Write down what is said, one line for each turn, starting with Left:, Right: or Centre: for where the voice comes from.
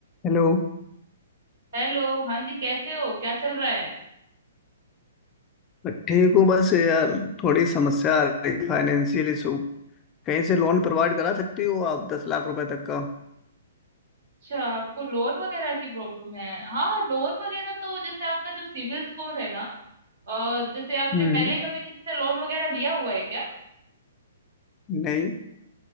Left: Hello
Right: Hello हाँ जी कैसे हो क्या चल रहा है
Left: ठीक हूँ बस यार थोड़ी समस्या आ रही है, फाइनेंशियल इशू कहीं से लोन प्रोवाइड करा सकती हो आप दस लाख रुपए तक का
Right: अच्छा आपको लोन वगैरह की प्रॉब्लम है हाँ लोन वगैरह तो जैसे आपका जो सिविल स्कोर है ना अ, जैसे आपने
Left: हम्म
Right: पहले कभी किसी से लोन वगैरह लिया हुआ है क्या
Left: नहीं